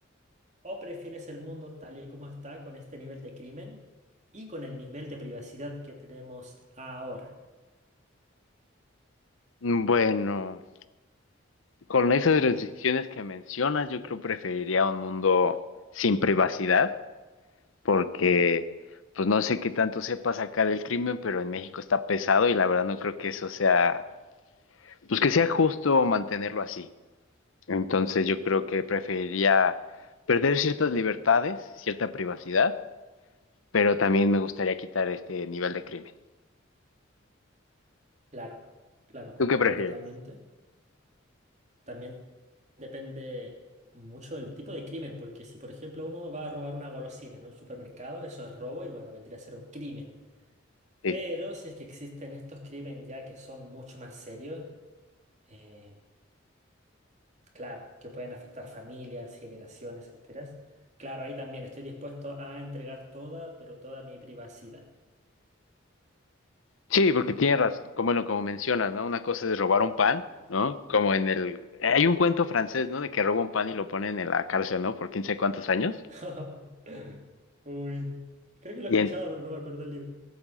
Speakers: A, on the right; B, on the left.
A: ¿O prefieres el mundo tal y como está con este nivel de crimen y con el nivel de privacidad que tenemos ahora?
B: mm, Bueno, con esas restricciones que mencionas, yo creo preferiría un mundo sin privacidad, porque pues no sé qué tanto sepa sacar el crimen, pero en México está pesado y la verdad no creo que eso sea, pues que sea justo mantenerlo así. Entonces yo creo que preferiría perder ciertas libertades, cierta privacidad, pero también me gustaría quitar este nivel de crimen.
A: Claro, claro, concuerdo
B: ¿Tú qué prefieres?
A: totalmente. También depende mucho del tipo de crimen, porque si por ejemplo uno va a robar una golosina en un supermercado, eso es robo y bueno, vendría a ser un crimen.
B: Sí.
A: Pero si es que existen estos crímenes ya que son mucho más serios, eh, claro, que pueden afectar familias, generaciones enteras. Claro, ahí también estoy dispuesto a entregar toda, pero toda mi privacidad.
B: Sí, porque tienes razón, como, bueno, como mencionas, ¿no? Una cosa es robar un pan, ¿no? Como en el... Hay un cuento francés, ¿no? De que roba un pan y lo ponen en la cárcel, ¿no? Por quién sabe cuántos años.
A: <laughs> Uy, creo que lo
B: Y
A: he escuchado,
B: en-
A: pero no me acuerdo el libro.